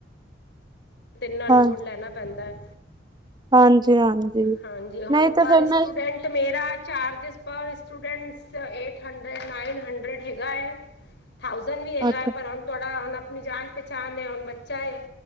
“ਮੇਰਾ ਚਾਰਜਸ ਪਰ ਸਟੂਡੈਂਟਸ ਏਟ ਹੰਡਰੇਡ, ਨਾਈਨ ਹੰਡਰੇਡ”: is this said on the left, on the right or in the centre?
Left